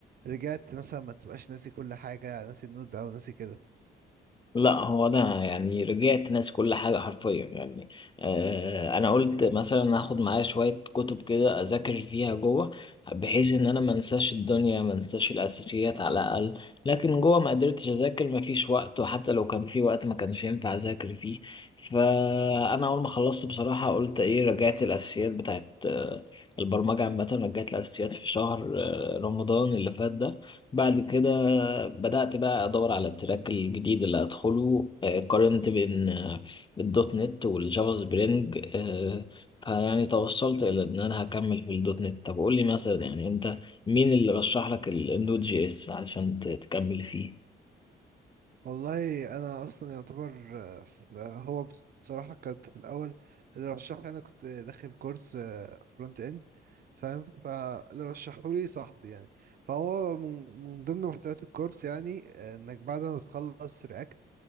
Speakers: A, on the right; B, on the left.
A: رجعت مثلا ما تبقاش ناسي كل حاجة ناسي النود او ناسي كده
B: لا هو انا يعني رجعت ناسي كل حاجه حرفيا يعني آه انا قلت مثلا هاخد معايا شويه كتب كده اذاكر فيها جوه بحيث ان انا ما انساش الدنيا ما انساش الاساسيات على الاقل لكن جوه ما قدرتش اذاكر ما فيش وقت وحتى لو كان في وقت ما كانش ينفع اذاكر فيه فانا اول ما خلصت بصراحه قلت ايه رجعت الاساسيات بتاعت آه، البرمجه عامه رجعت الاساسيات في شهر آه، رمضان اللي فات ده بعد كده بدأت بقى أدور على التراك الجديد اللي هدخله آه، قارنت بين آه، الدوت نت والجافا سبرينج آه، فيعني توصلت إلى إن أنا هكمل في الدوت نت طب قول لي مثلا يعني أنت مين اللي رشح لك النود جي إس علشان ت- تكمل فيه؟
A: والله انا اصلا يعتبر آه، ف- آه، هو بصراحة كانت في الاول اللي رشح لي انا كنت داخل كورس فرونت اند فاهم فاللي رشحه لي صاحبي يعني فهو من من ضمن محتويات الكورس يعني آه، انك بعد ما بتخلص رياكت